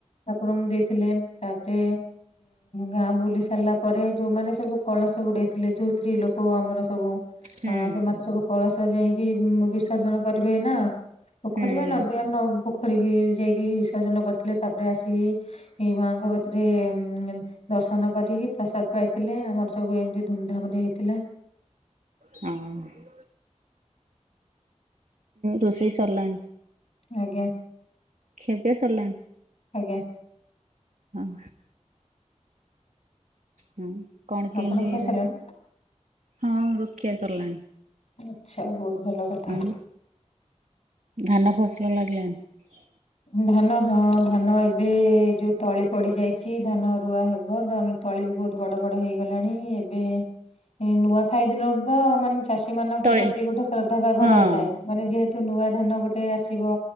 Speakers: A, on the left (about 60°); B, on the right (about 75°).
A: ଠାକୁରଙ୍କୁ ଦେଇ ଥିଲେ ତାପରେ ଗାଁ ବୁଲି ସାରିଲା ପରେ ଯୋଉମାନେ ସବୁ କଳସ ବୁଡେଇଥିଲେ ଯୋଉ ସ୍ତ୍ରୀ ଲୋକ ଆମର ସବୁ
B: ହୁଁ
A: ହଁ, ସେମାନେ ସବୁ କଳସ ଯାଇକି ବିସର୍ଜନ କରିବେ ନା ପୋଖରୀ
B: ହୁଁ
A: ବା ନଦୀ ଆମ ପୋଖରୀ କି ଯାଇକି ବିସର୍ଜନ କରିଥିଲେ ।ତାପରେ ଆସିକି ଏଇ ମାଙ୍କ କତିରେ ଉ ଦର୍ଶନ କରିକି କି ପ୍ରସାଦ ପାଇଥିଲେ ଆମର ସବୁ ଏମତି ଧୁମଧାମ ରେ ହେଇଥିଲା।
B: ହଁ ରୋଷେଇ ସରିଲାଣି।
A: ଆଜ୍ଞା।
B: ଖିଆ ପିଆ ସାରିଲାଣି
A: ଆଜ୍ଞା।
B: ହଁ। ହୁଁ କଣ କେମିତି?
A: ଆପଣ ଖାଇସାରିଲେଣି
B: ହଁ ରୁକ୍ଷିବା ସରିଲାଣି
A: ଆଚ୍ଛା ବହୁତ ଭଲ କଥା
B: ଉଁ? ଧାନ ଫସଲ ଲାଗିଲାଣି?
A: ଧାନ ହଁ ଧାନ ଏବେ ଯୋଉ ତଳି ପଡି ଯାଇଛି ଧାନ ରୁଆ ହେବ ତଳି ବି ବହୁତ ବଡ ବଡ ହେଇଗଲାଣି ଏବେ ନୂଆଖାଇଦିନରୁ ତ ମାନେ ଚାଷୀ ମାନଙ୍କ
B: ତଳି
A: ପ୍ରତି ଗୋଟେ ଶ୍ରଦ୍ଧାଭାବ
B: ହଁ
A: ରହିଥାଏ ମାନେ ଯେହେତୁ ନୂଆ ଧାନ ଗୋଟେ ଆସିବ